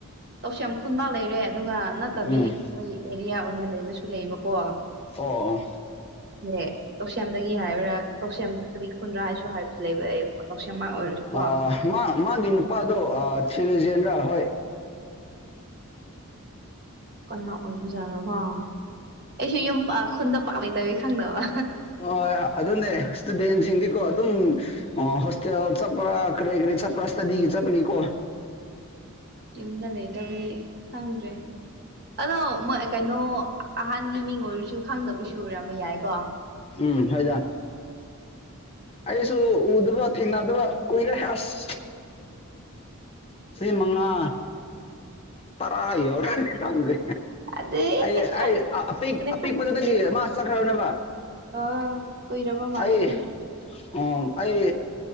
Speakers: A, on the right; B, on the left.
A: ꯇꯧꯁ ꯌꯥꯝ ꯈꯨꯟꯃꯥ ꯂꯩꯔꯦ ꯑꯗꯨꯒ ꯅꯠꯇꯕꯤ
B: ꯎꯝ
A: ꯑꯩꯣꯏ ꯑꯦꯔꯤꯌꯥ ꯑꯣꯏꯅ ꯂꯩꯕꯁꯨ ꯁꯨ ꯂꯩꯕꯀꯣ
B: ꯑꯣ
A: ꯦ ꯇꯧꯁꯦꯝꯗꯒꯤ ꯍꯥꯏꯕ꯭ꯔꯥ ꯇꯁ ꯈꯨꯨꯟꯗ꯭ꯔꯥ ꯍꯥꯏ ꯍꯥꯏꯕ ꯂꯩꯕ ꯇꯧꯁꯦꯝꯃꯥꯡ ꯑꯣꯏꯔꯁꯨꯀꯣ
B: ꯑ ꯃꯥ ꯃꯥꯒꯤ ꯅꯨꯄꯥꯗ ꯊꯂꯖ ꯍ
A: ꯀꯩꯅꯣ ꯑꯣꯏꯕꯖꯥꯔꯣ ꯀꯣ ꯑꯩꯁꯨ ꯌꯨꯝ ꯈꯨꯟꯗ ꯄꯥꯛ ꯂꯩꯇꯕꯤ ꯈꯪꯗꯕ
B: ꯍ ꯑꯗꯨꯅꯦ ꯑ ꯗꯦꯟ ꯁꯤꯡꯗꯤꯀꯣ ꯑꯗꯨꯝ ꯍꯣꯁꯇꯦꯜ ꯆꯠꯄ꯭ꯔꯥ ꯀꯔꯤ ꯀꯔꯤ ꯆꯠꯄ꯭ꯔꯥꯇꯗꯤꯒ ꯆꯠꯄꯒꯦꯀꯣ
A: ꯌꯨꯝꯗ ꯂꯩꯇꯕꯗꯤ ꯈꯪꯗ꯭ꯔꯦ ꯑꯗꯣ ꯃꯣꯏ ꯀꯩꯅꯣ ꯑꯍꯥꯟꯕꯒꯤ ꯃꯤꯡ ꯑꯣꯏꯔꯁꯨ ꯈꯪꯗꯕꯁꯨ ꯎꯔꯝꯕ ꯌꯥꯏꯀꯣ
B: ꯎꯝ ꯍꯣꯏꯖ ꯑꯩꯁꯨ ꯎꯗꯕ ꯊꯦꯡꯅꯗꯕ ꯀꯨꯏꯔꯦ ꯑꯁ ꯆꯍꯤ ꯃꯉꯥ ꯇꯔꯥ ꯌꯎ ꯇꯥꯟꯔꯤ
A: ꯑꯗꯨꯅ
B: ꯑꯩ ꯑꯩ ꯑ ꯑꯄꯤꯛꯄꯗꯨꯗꯒꯤ
A: ꯈꯪꯗꯦ
B: ꯃꯥ ꯆꯠꯈ꯭ꯔꯕꯅꯦꯕ
A: ꯑ ꯀꯨꯏꯔꯕ ꯃꯥꯜꯂꯦ
B: ꯑꯩ
A: ꯑꯗꯨꯗꯤ
B: ꯑꯣ ꯑꯩ